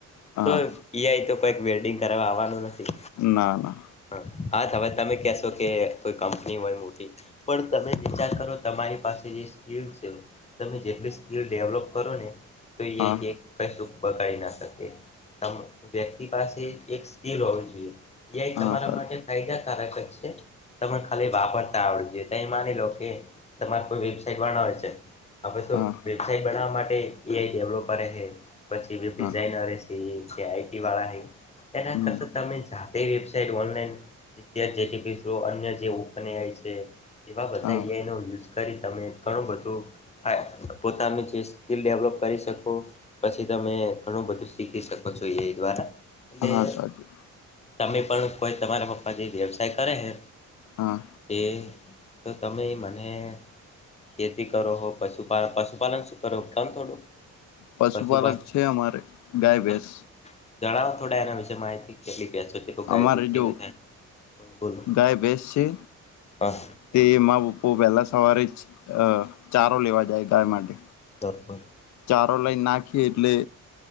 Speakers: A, on the left; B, on the left.
A: હા
B: તો એ આઈ તો કઈક વલ્ડિંગ કરવા આવવાનું નથી.
A: ના ના.
B: હ હા હવે તમે કશો કે કોઈ કંપની હોય મોટી પણ તમે વિચાર કરો તમારી પાસે જે સ્કીલ છે <unintelligible> તમે જે તે સ્કીલ ડેવલપ કરો ને તો એ
A: હા
B: આઈ <unintelligible> શકે તમે વ્યક્તિ પાસે એક સ્કેલ હોવી જોઈએ એ આઈ
A: હા
B: તમારા
A: સાચું
B: માટે ફાયદાકારક જ છે. તમે ખાલી વાપરતા આવડું જોઈએ તો એ માની લો કે તમારે કોઈ વેબસાઈટ બનાવે છે. આપડે તો
A: હા
B: વેબસાઇટ બનાવવા માટે એ આઈ ડેવલોપર કરે છે પછી ડિઝાઇનરે
A: હા
B: ઈ છે આ ઈ ટી વાળા હે એના
A: હમ
B: કરતા તમે જાતે વેબ તે જ ઓનલાઇન <unintelligible> અન્ય જે ઉપન્યા હોય છે. એવા બધા
A: હા
B: એ આઈ નો યુઝ કરી તમે ઘણું બધું આય પોતાની જે સ્કિલ ડેવલપ કરી શકો પછી તમે ઘણું બધું શીખી શકો છો એ આઈ દ્વારા. એટલે
A: હા સાચું.
B: તમે પણ કોઈ તમારા પપ્પા જે વ્યવસાય કરે હે
A: હા
B: એ તો તમે મને ખેતી કરો હો પશુપ પશુપાલન શું કરો કામ થોડું
A: પશુપાલક
B: પશુપાલન
A: છે અમારે ગાય ભસ
B: તો જણાવો થોડા એના વિશે માહિતી કેટલી બેસો ગાય
A: અમારે
B: તો છેલો
A: જો
B: થાય હ બોલ
A: ગાય ભેંસ છે
B: હા
A: તે એમાં પપ્પો પહેલાં સવારે જ ચારો લેવા જાય ગાય માટે
B: દરબાર
A: ચારો લાઈન નાખી એટલે